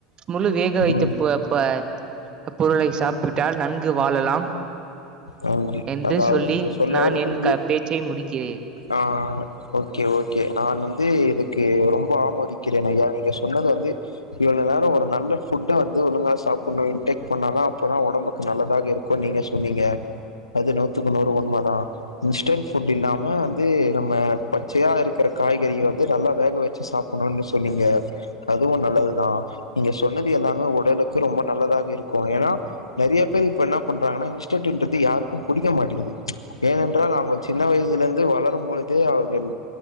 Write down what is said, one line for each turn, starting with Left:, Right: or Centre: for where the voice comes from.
Right: முழு வேக வைத்து
Left: ம்
Right: ஆ இப்ப பொருளை சாப்பிட்டால் நன்கு வாழலாம்
Left: நன்றி
Right: என்று
Left: அதாவது
Right: சொல்லி
Left: நீங்க சொல்ல
Right: நான்
Left: வருவது
Right: என்
Left: வந்து
Right: க பேச்சை முடிக்கிறேன்
Left: ஆ ஓகே ஓகே நான் வந்து இதுக்கு ரொம்ப ஆமதிக்கிறேன் ஐயா நீங்க சொன்னத வந்து இவ்வள நேர ஒரு நல்ல புட்ட வந்து ஒழுங்கா சாப்டனு இன்டேக் பண்ணாலு அப்பதா உடம்புக்கு நல்லது <unintelligible> இருக்கு நீங்க சொன்னீங்க அது நூத்துக்கு நூறு உண்மை தா இன்ஸ்டன்ட் ஃபுட் இல்லாம வந்து நம்ம பச்சையா இருக்கிற காய்கறி வந்து நல்லா வேக வச்சு சாப்பணும்னு சொன்னீங்க அதுவு நல்லதுதா நீங்க சொன்னது எல்லாமே உடலுக்கு ரொம்ப நல்லதாக இருக்கு ஏன்னா நெறைய பேர் இப்ப என்னா பண்றாங்கன்னா இன்ஸ்டண்ட் யாருக்கு குடிக்க மாட்டேங்கிது ஏனென்றால் அவங்க சின்ன வயசிலிருந்து வளரும் பொழுது அவர்கள்